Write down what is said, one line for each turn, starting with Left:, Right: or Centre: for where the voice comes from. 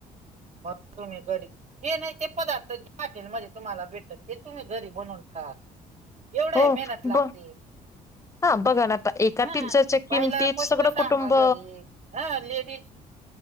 Right: मग तुम्ही घरी हे नाही ते पदार्थ ज हॉटेलमध्येध्ये तुम्हाला भेटत ते तुम्ही घरी बनवून खा. एवढा
Left: हो
Right: आहे मेहनत लागते.
Left: ब हा बघा ना आता एका
Right: हा
Left: पिझ्झाच्या किमतीत
Right: बाईला स्पष्ट
Left: सगळं
Right: सांगा
Left: कुटुंब
Right: घरी हा लेडीज